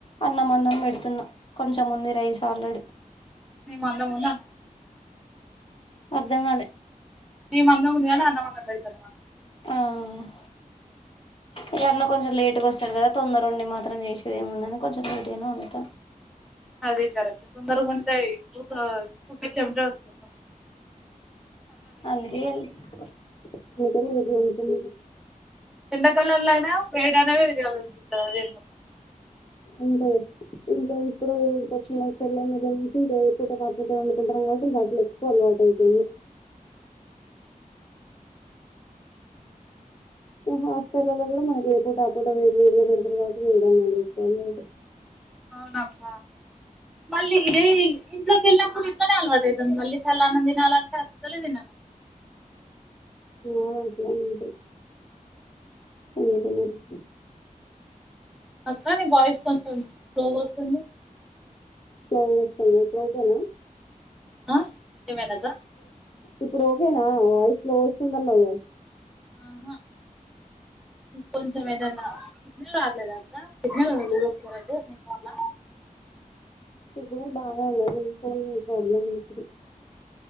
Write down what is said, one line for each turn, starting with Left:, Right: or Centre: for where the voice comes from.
Left: అన్నం అన్నం పెడుతున్నా కొంచెం ఉంది రైస్ ఆల్రడీ
Centre: మేం అన్నం ఉన్నాం
Left: అర్ధంకాలే
Centre: మీ మందం వుంది గాని అన్నమందం పెడతాంది మాకు
Left: ఆ ఇగ అన్నా కొంచెం లేటుగ వస్తాడు కదా. తొందరుండి మాత్రం చేసేది ఏముందని కొంచెం లేట్ గనె వండుత
Centre: అదే కరెక్ట్ తొందరగా వండుతే ఊకే చెమట ఊకె చెమట వాస్తు
Left: అందుకే <unintelligible>
Centre: ఎండకాలల్లో అయినా వేడ అనేవి <unintelligible>
Left: ఉంటయి ఇంకా ఇప్పుడు ఎడ్కోచినంకా పెళ్ళైన దగ్గర నుంచి ఇంకా పూటకాపూట వండుకుంటారుం కాబట్టింకా అట్లో ఎక్కువ అన్న చేసేది హా టల్లలో కూడా మనకి ఏ పూట ఆ పూట వేడి వేడిగా పెడతారు కాబట్టి వేడిన్నం ఎక్కువనే
Centre: అవునక్క మళ్ళీ ఇదే ఇంట్లోకి ఎల్లప్పుడూ ఇట్లనే అల్వాటు అవుతుంది. మళ్ళీ చల్లఅన్నం తినాలంటే అస్సలే తినము.
Left: చేదు చేదుగుంటది అందుకే మరిష్టం
Centre: అక్క నీ వాయిస్ కొంచెం స్లో వస్తుంది.
Left: స్లో వస్తుంది ఇప్పుడు ఒకేనా
Centre: ఆ ఏమైందక్క
Left: ఇప్పుడు ఓకేనా వాయిస్ స్లో వస్తుందన్నావుగా
Centre: ఆహ కొంచెం ఏదన్నా సిగ్నల్ రాట్లేదా అక్క సిగ్నల్ వుందేమో చూడు ఒకసారి నీ ఫోన్లా
Left: సిగ్నల్ బాగా ఉన్నది నీ ఫోన్ ప్రాబ్లెమ్ ఉంది